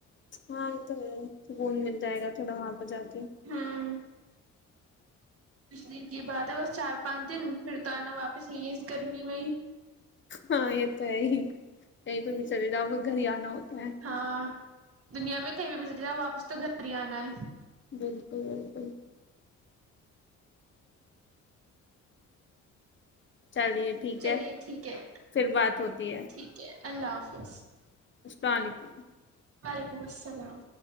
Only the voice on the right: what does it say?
ہوں کچھ دن کی بات ہے بس چار پانچ دن پھر تو آنا واپس ہی ہے اس گرمی میں ہی
ہاں دنیا میں کہیں بھی پس جاؤ واپس تو گھر ہی آنا ہے
چلیے
ٹھیک ہے
ٹھیک ہے اللہ حافظ
وعلیکم السلام